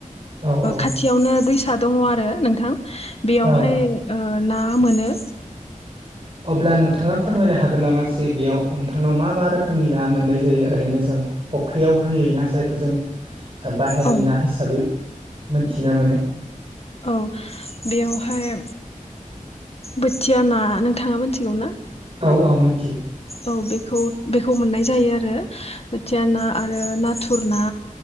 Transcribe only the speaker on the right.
औ औ
औ
अब्ला नोंथाङा फोरमायनो हागोन नामा जे बेयाव नोंथांनाव मा मा रोखोमनि ना मोननाय जायो ओरैनो जों फख्रियाव होयै ना जायखौ जों बाहेरनि
ना हिसाबै मोनथिना मोनो।
औ औ मोन